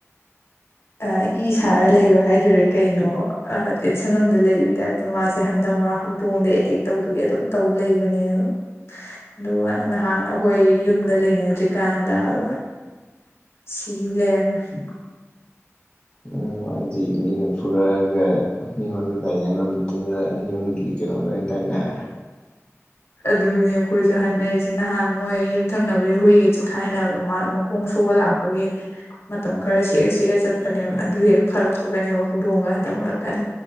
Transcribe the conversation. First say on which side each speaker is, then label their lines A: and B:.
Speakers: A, on the left; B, on the left.
A: ꯑ ꯏ ꯁꯥꯔ ꯂꯩꯕ ꯍꯥꯏꯗꯨꯏꯔ ꯀꯩꯅꯣ ꯑ ꯇꯦꯟꯁꯟ ꯑꯝꯗ ꯂꯩꯕ ꯇꯥꯏꯞ ꯇꯨ ꯃꯥꯁꯦ ꯍꯟꯗꯛ ꯃꯔꯛ ꯍꯧꯗꯣꯡꯗ ꯑꯦꯇꯦꯛ ꯇꯧꯗꯨꯒꯤ ꯑꯗꯨꯝ ꯇꯧ ꯂꯩꯕꯅꯦꯕ ꯑꯗꯨꯒ ꯉꯍꯥꯟ ꯑꯈꯣꯏ ꯌꯨꯝꯗ ꯂꯩꯅꯗ꯭ꯔꯤꯀꯥꯟꯗꯥꯕ ꯁꯤꯒꯤ ꯂ‌ꯩꯔꯝꯃ‌ꯦ
B: ꯑꯎꯝ ꯍꯥꯏꯗꯤ ꯃꯤꯅ ꯐꯨꯔꯛꯑꯒ ꯃꯤꯉꯣꯟꯗ ꯇꯥꯏꯅ ꯉꯝ ꯑꯗꯨꯗ ꯌꯨꯝꯒꯤ ꯀꯩꯅꯣꯗ ꯑꯣꯏꯅ ꯇꯥꯏꯅꯔꯦ
A: ꯑꯗꯨꯅꯦ ꯑꯈꯣꯏꯁꯨ ꯍꯥꯏꯅꯔꯤꯁ‌ꯦ ꯅꯍꯥꯟ ꯃꯣꯏ ꯌꯨꯝꯊꯪꯅꯕꯒꯤ ꯍꯨꯏꯒ ꯆꯤꯛꯈꯥꯏꯅꯕꯗ ꯃꯥꯅ ꯃꯈꯣꯡ ꯁꯣꯛꯑꯒ ꯂꯥꯛꯄ ꯄꯒꯤ ꯃꯇꯝ ꯈꯔ ꯁꯦꯛ ꯁꯦꯛꯑ ꯆꯠꯄꯅꯦꯕ ꯑꯗꯨ ꯍꯦꯛ ꯐꯔꯛꯄꯒꯅꯦꯕ ꯍꯧꯗꯣꯡꯉꯒ ꯍꯟꯗꯛ ꯃꯔꯛ ꯀꯟ